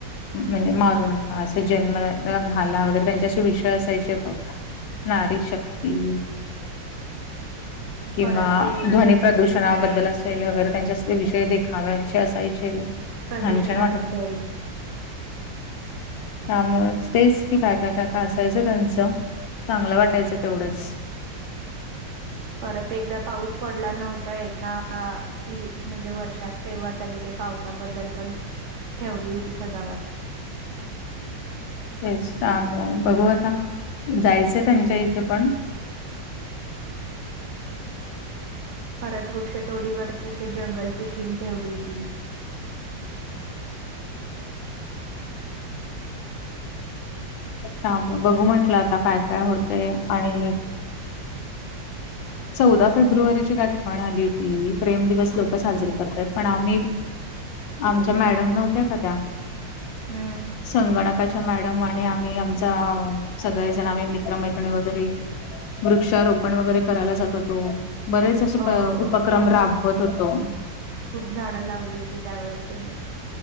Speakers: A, on the left (about 85°); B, on the right (about 80°).
A: म्हणजे मारू नका असं जन्म घाला वगैरे त्यांच्याशी विषय असायचे बघ नारी शक्ती किंवा
B: परत ते
A: ध्वनी प्रदूषणाबद्दल असेल वगैरे त्यांचे सगळे विषय देखावचे असायचे
B: प्रदूषणाबद्दल
A: हानच्याछान वाट का
B: <inaudible>
A: त्यामुळे तेच की काय काय काय काय असायचं त्यांचं चांगलं वाटायचं तेवढंच
B: परत एकदा पाऊस पडला नव्हता ए का ह म्हणजे वर्षात तेव्हा त्यांनी ते पावसाबद्दल पण ठेवली होती सजावट
A: येस बघू आता जायचंय त्यांच्या इथे पण
B: परत वृक्षतोडीवरती ते जंगलची थम ठेवली होती
A: छ बघू म्हंटलं आता काय काय होते आणि चौदा फेब्रुवारीची गठवण आली होती प्रेम दिवस लोक साजरी करतात पण आम्ही आमच्या मॅडम नव्हत्या का त्या
B: हम्म
A: संगणकाच्या मॅडम आणि आम्ही आमचा सगळेजण आम्ही मित्रमैत्रिणी वगैरे वृक्षारोपण वगैरे करायला जात होतो बरेच असे
B: हो
A: उपक्रम
B: खूप
A: राबवत होतो
B: खूप झाडं लावली होती त्यावेेळेस तुम्ही